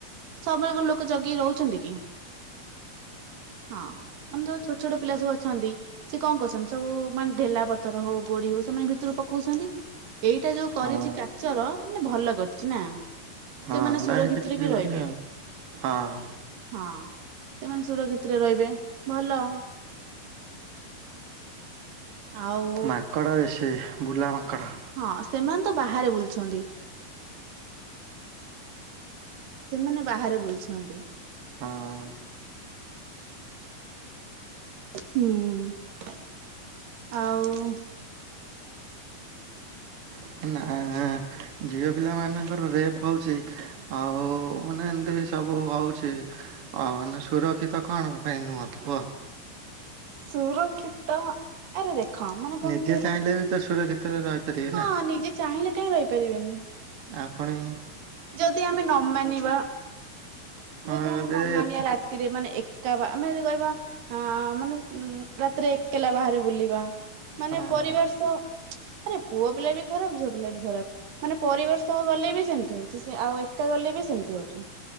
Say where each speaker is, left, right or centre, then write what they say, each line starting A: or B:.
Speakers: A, on the right; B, on the right.
A: ସବୁବେଳେ କଣ ଲୋକ ଜଗି ରହୁଛନ୍ତି କି? ହଁ। ମାନେ ଯୋଉ ଛୋଟ ଛୋଟ ପିଲା ସବୁ ଅଛନ୍ତି ସେ କଣ କରୁଛ ସେମାନେ ସବୁ ମାନେ ଢେଲା ପଥର ହଉ, ଗୋଡି ହଉ, ସେମାନେ ଭିତରକୁ ପକଉଛନ୍ତି। ଏଇଟା ଯୋଉ କରିଛି
B: ହଁ ହଁ
A: କାଚର ମାନେ ଭଲ କରିଛି ନା?
B: ହଁ
A: ସେମାନେ ସୁରକ୍ଷିତରେ
B: ଏଟା କିଛି ଯିବନି
A: ବି ରହିବେ।
B: ଆଉ ହଁ
A: ହଁ, ସେମାନେ ସୁରକ୍ଷିତରେ ରହିବେ। ଭଲ। ଆଉ
B: ମାଙ୍କଡ ବେଶୀ, ବୁଲା ମାଙ୍କଡ଼।
A: ହଁ, ସେମାନେ ତ ବାହାରେ ବୁଲଛନ୍ତି। ସେମାନେ ବାହାରେ ବୁଲୁଛନ୍ତି।
B: ହଁ
A: ହୁଁ, ଆଉ
B: ନାଁ। ଝିଅ ପିଲାମାନଙ୍କର ରେପ୍ ହଉଛି ଆଉ ମାନେ ଏମିତି ବି ସବୁ ହେଉଛି ଅ ମାନେ ସୁରକ୍ଷିତ କଣ ପାଇଁ ନୁହଁ କୁହ?
A: ସୁରକ୍ଷିତ ଆରେ ଦେଖ ମାନେ କଣ
B: ନିଜେ
A: କହିଲ
B: ଚାହିଁଲେ ବି ତ ସୁରକ୍ଷିତରେ ରହିପାରିବେ
A: ହଁ
B: ନା।
A: ନିଜେ ଚାହିଁଲେ କାହିଁ ରହିପାରିବେନି।
B: ଆପଣେ
A: ଯଦି ଆମେ ନ ମାନିବା,
B: ହଁ
A: ଯଦି ଆମେ ନ
B: ରେ
A: ମାନିବା
B: ଏତେ
A: ରାତି ତିରେ ମାନେ ଏକା ବା ଆମେ ଯଦି କହିବା ଆ ମାନେ ରାତିରେ ଏକଲା ବାହାରେ ବୁଲିବା, ମାନେ
B: ହଁ
A: ପରିବାର ସହ ଆରେ ପୁଅ ପିଲା ବି ଖରାପ। ଝିଅ ପିଲା ବି ଖରାପ। ମାନେ ପରିବାର ସହ ଗଲେ ବି ସେମିତି ହଉଛି। ଯେ ସେ ଆଉ ଏକା ଗଲେ ବି ସେମିତି ହଉଛି।